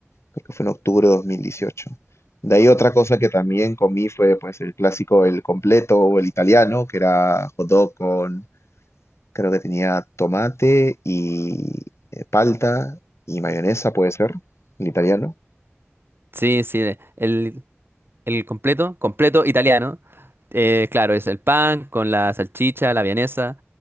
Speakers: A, on the left; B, on the right.
A: creo que fue en octubre de 2018. De ahí otra cosa que también comí fue pues el clásico, el completo o el italiano, que era hot dog con, creo que tenía tomate y eh, palta y mayonesa, puede ser, el italiano.
B: Sí, sí, el, El completo, completo italiano. Eh, claro, es el pan con la salchicha, la vienesa,